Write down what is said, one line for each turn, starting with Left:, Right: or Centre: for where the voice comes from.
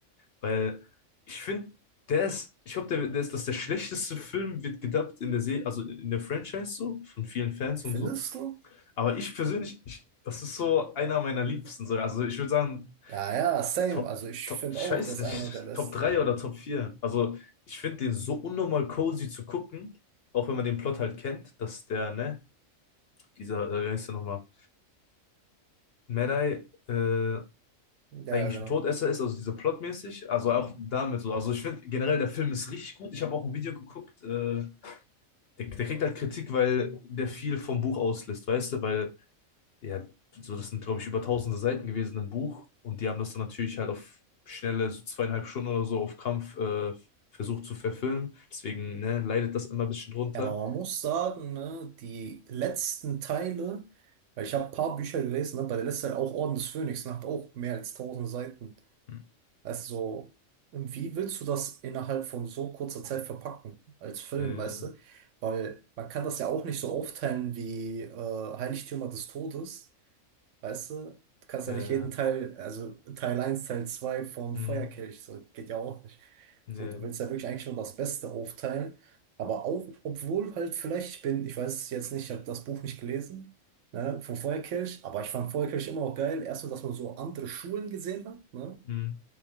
Left: Weil ich finde, der ist, ich glaube, der, der ist, dass der schlechteste Film wird gedubbt in der Serie, also in der Franchise so, von vielen Fans
Right: Findest
Left: und so.
Right: du?
Left: Aber ich persönlich, ich, das ist so einer meiner Liebsten. So. Also ich würde sagen,
Right: ja, ja, same.
Left: Top,
Right: Also ich
Left: Top,
Right: finde
Left: ich
Right: auch,
Left: weiß
Right: das
Left: nicht,
Right: ist einer der besten.
Left: Top 3 oder Top vier Also ich finde den so unnormal cozy zu gucken, auch wenn man den Plot halt kennt, dass der, ne, dieser, äh, wie heißt der nochmal, Medai, äh,
Right: Ja,
Left: eigentlich
Right: genau. Ja, genau.
Left: ein Todesser ist, also dieser plotmäßig, also auch damit so. Also ich finde generell, der Film ist richtig gut. Ich habe auch ein Video geguckt, äh, der, der kriegt halt Kritik, weil der viel vom Buch auslässt, weißt du, weil, ja, so das sind, glaube ich, über tausende Seiten gewesen im Buch und die haben das dann natürlich halt auf schnelle, so zweieinhalb Stunden oder so auf Krampf äh, versucht zu verfilmen. Deswegen, ne, leidet das immer ein bisschen drunter.
Right: aber man muss sagen, ne, die letzten Teile, weil ich habe ein paar Bücher gelesen, ne, bei der letzten Teil auch Orden des Phönix, ne, hat auch mehr als tausend Seiten.
Left: Hm.
Right: Weißt du, so, wie willst du das innerhalb von so kurzer Zeit verpacken als Film,
Left: Äh,
Right: weißt du? Weil man kann das ja auch nicht so aufteilen wie äh, Heiligtümer des Todes. Weißt du, du kannst
Left: äh,
Right: ja nicht jeden Teil, also Teil eins Teil 2 vom
Left: mh,
Right: Feuerkelch, so geht ja auch nicht.
Left: ne,
Right: So, du willst ja wirklich eigentlich nur das Beste aufteilen, aber auch, obwohl halt vielleicht, ich bin, ich weiß es jetzt nicht, ich habe das Buch nicht gelesen, ne, vom Feuerkelch, aber ich fand Feuerkelch immer auch geil, erst nur, dass man so andere Schulen gesehen hat, ne,
Left: mh,